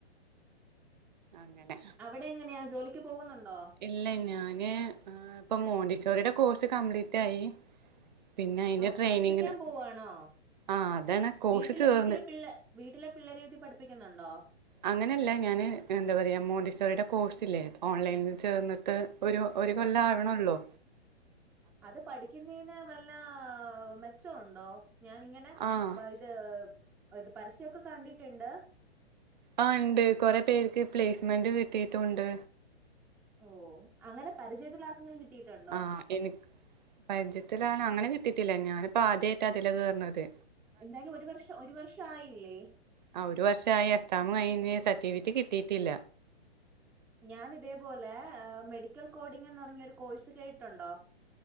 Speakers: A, on the right; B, in the centre.
A: അങ്ങനെ
B: ഇവിടെ എങ്ങനെയാ ജോലിക്ക് പോകുന്നുണ്ടോ
A: ഇല്ല ഞാന് ഇപ്പം മോണ്ടിസ്റ്റോറിടെ കോഴ്സ് കംപ്ലീറ്റ് ആയി. പിന്നെ അയിന്റെ
B: ആ
A: ട്രെയിനിങ്ങിന്
B: പഠിപ്പിക്കാൻ പോവാണോ
A: ആ അതാണ് കോഴ്സ്
B: വീട്ടില്
A: ചേർന്ന്
B: വീട്ടിലെ പിള്ളേ വീട്ടിലെ പിള്ളേരെ എഴുതി പഠിപ്പിക്കുന്നുണ്ടോ
A: അങ്ങനെയല്ല ഞാന് എന്താ പറയാ മോണ്ടിസ്റ്റോറിയുടെ കോഴ്സ് ഇല്ലേ ഓൺലൈനിൽ ചേർന്നിട്ട് ഒരു ഒരു കൊല്ലം ആവണോല്ലോ
B: അത് പഠിക്കുന്നതിന് വല്ല മെച്ചവുണ്ടോ ഞാനിങ്ങനെ
A: ആഹ്
B: പ ഇത് ഇത് പരസ്യവൊക്കെ കണ്ടിട്ടുണ്ട്
A: ആ ഇണ്ട് കൊറെ പേർക്ക് പ്ലേസ്മെന്റ് കിട്ടിയിട്ടുമുണ്ട്
B: ഓഹ് അങ്ങനെ പരിചയത്തിൽ ആർക്കെങ്കിലും കിട്ടിയിട്ടുണ്ടോ
A: ആഹ് എനിക്ക് പരിചയത്തിലാണ് അങ്ങനെ കിട്ടിയിട്ടില്ല ഞാനിപ്പോ ആദ്യായിട്ടാ ഇതില് കേറണത്
B: എന്തായാലും ഒരു വർഷം ഒരു വർഷം ആയില്ലേ
A: ആ ഒരു വർഷമായി എക്സാം കയിഞ്ഞ് സർട്ടിഫിക്കറ്റ് കിട്ടിയിട്ടില്ല.
B: ഞാൻ ഇതേപോലെ മെഡിക്കൽ കോഡിംഗ് എന്ന് പറഞ്ഞ ഒരു കോഴ്സ് കേട്ടിട്ടുണ്ടോ